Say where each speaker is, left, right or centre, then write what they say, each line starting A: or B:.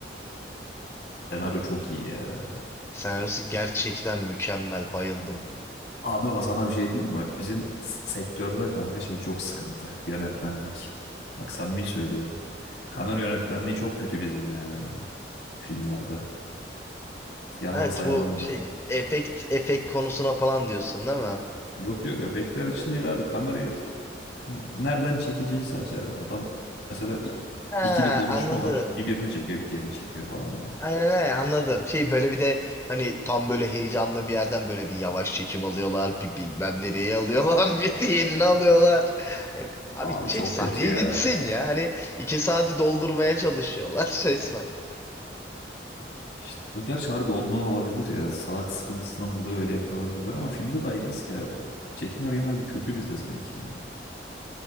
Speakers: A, on the left; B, on the left.
A: Senaryo çok iyi ya.
B: Senaryosu gerçekten mükemmel. Bayıldım.
A: Abi ama sana bir şey diyeyim mi? Bak bizim s- sektörde kanka şey çok sıkıntı. Yönetmenlik. Bak samimi söylüyorum. Kamera yönetmenliği çok kötü bizim ya filmlerde. Yalansa
B: Evet bu
A: yalan
B: şey
A: da.
B: efekt efekt konusuna falan diyorsun değil mi?
A: Yok yok efektler için değil abi kamerayı hani nereden çekeceği sadece abi adam mesela i-
B: Ha,
A: ikili konuşma
B: anladım.
A: var bir birini çekiyor bir diğerini çekiyor falan ya.
B: Aynen aynen anladım. Şey böyle bir de hani tam böyle heyecanlı bir yerden böyle bir yavaş çekim alıyorlar. Bir bilmem nereye alıyorlar. <laughs> Bir diğerini alıyorlar. Yani abi
A: Abi
B: çek
A: çok
B: sahneye
A: kötü ya.
B: gitsin ya. Hani iki saati doldurmaya çalışıyorlar <laughs> resmen.
A: İşte, gerçi harbi ondan olabilir ya saat sıkıntısından dolayı öyle yapıyor olabilirler ama filmde de aynıyız ki abi. Çekimler genelde bir kötü bizde sanki. ya.